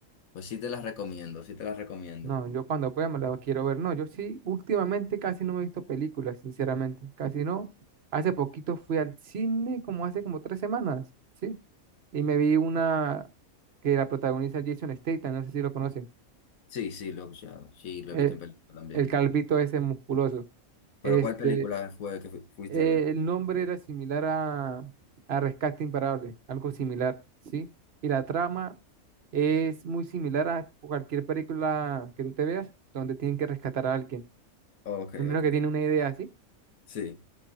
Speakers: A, on the left; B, on the right.
A: Pues sí te las recomiendo, sí te las recomiendo.
B: No, yo cuando pueda me la quiero ver. No, yo sí, últimamente casi no me he visto películas, sinceramente. Casi no. Hace poquito fui al cine, como hace como tres semanas, ¿sí? Y me vi una que la protagoniza Jason Statham, no sé si lo conoce.
A: Sí, sí, lo he escuchado. Sí, lo
B: El,
A: he visto en película también.
B: el calvito ese musculoso.
A: Pero
B: Este,
A: ¿cuál película fue que fu- fuiste
B: eh,
A: a ver?
B: el nombre era similar a, a Rescate Imparable, algo similar, ¿sí? Y la trama es muy similar a cualquier película que tú te veas, donde tienen que rescatar a alguien.
A: Ok,
B: Primero
A: ok.
B: que tiene una idea así.
A: Sí.